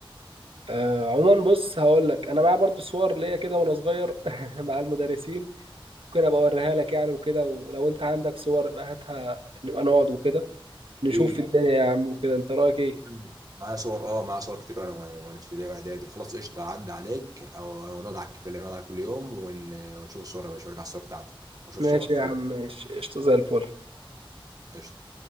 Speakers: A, on the right; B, on the right.
A: آه عموما بص هقول لك انا معايا برضو صور ليا كده وانا صغير <laughs> مع المدرسين ممكن ابقى اوريها لك يعني وكده ولو انت عندك صور يبقى هاتها نبقى نقعد وكده نشوف
B: إيه،
A: الدنيا يا عم وكده انت رايك ايه
B: مم. معايا صور اه معايا صور كتير وانا وانا وأنا في ابتدائي واعدادي خلاص قشطه عدى عليك او أو نقعد على الكافيه اللي نقعد على كل يوم ون- ونشوف الصور يا باشا اوريك على الصور بتاعتي واشوف
A: ماشي
B: صور
A: يا
B: تمام
A: عم ماشي قشطه زي الفل
B: قشطه